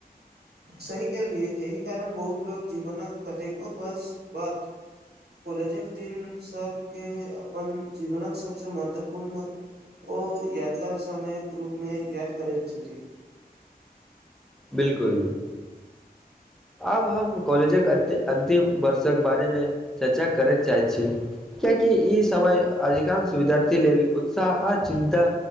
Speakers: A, on the right; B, in the centre.
A: सही केहलियै एहि कारण बहुत लोक जीवनक कतेको बस बात कॉलेजे एक दिन सबके अपन जीवनक सभसँ महत्वपूर्ण ओ यादगार समयक रूपमे याद करैत छथि
B: बिलकुल आब हम कॉलेजक अन्तिम वर्षक बारेमे चर्चा करय चाहैत छीय कियाकी ई समय अधिकांश विद्यार्थी लेल उत्साह आ चिन्ता